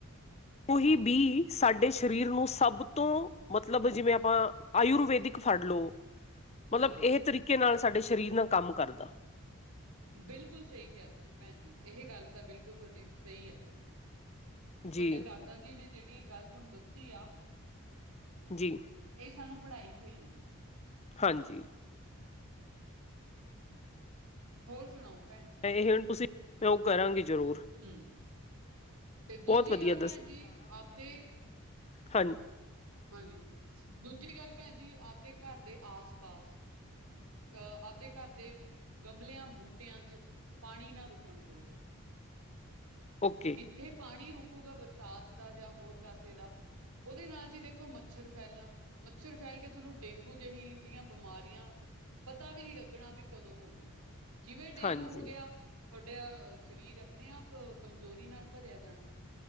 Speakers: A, on the left (about 30°); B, on the right (about 80°).
A: ਉਹੀ ਬੀ ਸਾਡੇ ਸ਼ਰੀਰ ਨੂੰ ਸਭ ਤੋਂ ਮਤਲਬ ਜਿਵੇਂ ਆਪਾਂ ਆਯੁਰਵੇੈਦਿਕ ਫੜ ਲਓ
B: ਹਾਂਜੀ।
A: ਮਤਲਬ ਇਹ ਤਰੀਕੇ ਨਾਲ ਸਾਡੇ ਸ਼ਰੀਰ ਨਾਲ ਕੰਮ ਕਰਦਾ।
B: ਬਿਲਕੁਲ ਸਹੀ ਕਿਹਾ ਤੁਸੀਂ ਭੈਣ ਜੀ, ਇਹ ਗੱਲ ਤਾਂ ਬਿਲਕੁਲ ਤੁਹਾਡੀ ਸਹੀ ਆ।
A: ਜੀ,
B: ਤੁਹਾਡੇ ਦਾਦਾ ਜੀ ਨੇ ਜਿਹੜੀ ਏ ਗੱਲ ਤੁਹਾਨੂੰ ਦੱਸੀ ਆ
A: ਜੀ।
B: ਇਹ ਸਾਨੂੰ ਪੜ੍ਹਾਈ ਹੋਈ ਏ,
A: ਹਾਂਜੀ।
B: ਹੋਰ ਸੁਣਾਓ ਭੈਣ ਜੀ,
A: ਇਹ ਹੁਣ ਤੁਸੀਂ ਤੇ ਉਹ ਕਰਨਗੇ ਜ਼ਰੂਰ।
B: ਹੁ ਤੇ ਦੂਜੀ
A: ਬਹੁਤ ਵਧੀਆ
B: ਗੱਲ ਭੈਣ ਜੀ, ਆਪਦੇ
A: ਹਾਂਜੀ।
B: ਹਾਂਜੀ ਦੂਜੀ ਗੱਲ ਭੈਣ ਜੀ, ਆਪਦੇ ਘਰ ਦੇ ਆਸ ਪਾਸ। ਅਹ ਆਪਦੇ ਘਰ ਦੇ ਗਮਲਿਆਂ, ਬੂਟਿਆਂ ਚ ਪਾਣੀ ਨਾ ਰੁਕਣ ਦੋ ਜੀ।
A: ਓਕੇ
B: ਜਿੱਥੇ ਪਾਣੀ ਰੁਕੂਗਾ ਬਰਸਾਤ ਦਾ ਜਾਂ ਹੋਰ ਕਾਸੇ ਦਾ। ਉਹਦੇ ਨਾਲ ਜੀ ਦੇਖੋ ਮੱਛਰ ਫੈਲਣਾ, ਮੱਛਰ ਫੈਲ ਕੇ ਤੁਹਾਨੂੰ ਡੇਂਗੂ ਜੇਹੀ, ਜਿਹੀਆਂ ਬਿਮਾਰੀਆਂ ਪਤਾ ਵੀ ਨਹੀਂ ਲੱਗਣਾ ਵੀ ਕਦੋਂ ਹੋ ਗਈਆਂ। ਜਿਵੇਂ ਡੇਂਗੂ
A: ਹਾਂਜੀ।
B: ਹੋ ਗਿਆ, ਤੁਹਾਡਾ, ਸਰੀਰ ਆਪਣੇ ਆਪ ਕਮਜ਼ੋਰੀ ਨਾਲ ਭਰਿਆ ਜਾਣਾ।